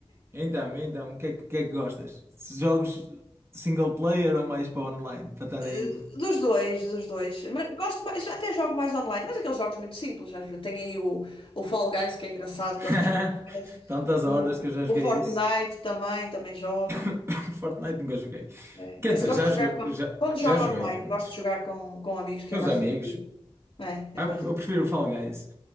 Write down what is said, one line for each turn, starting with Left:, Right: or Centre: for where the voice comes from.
Right: Então, então, o que é que, o que é que gostas? Jogos single player ou mais para online? Para estar
Left: Eh,
Right: aí
Left: Dos dois, dos dois. Mas gosto mais, já até jogo mais online, mas aqueles jogos muito simples. às vezes. Tem aí o, o Fall Guys, que é engraçado,
Right: <laughs>
Left: gosto de jogar. com eles.
Right: tantas
Left: O,
Right: horas que eu já joguei
Left: o Fortnite
Right: isso.
Left: também, também jogo.
Right: <laughs> Fortnite nunca joguei.
Left: né?
Right: Quer
Left: Esse
Right: dizer,
Left: gosto
Right: já
Left: de jogar
Right: joguei,
Left: com,
Right: já,
Left: quando jogo
Right: já joguei,
Left: online,
Right: mas
Left: gosto de jogar com, com amigos, que
Right: com
Left: é mais
Right: os amigos.
Left: divertido. É,
Right: Ah,
Left: é mais
Right: Eu, pre-
Left: divertido.
Right: eu prefiro o Fall Guys.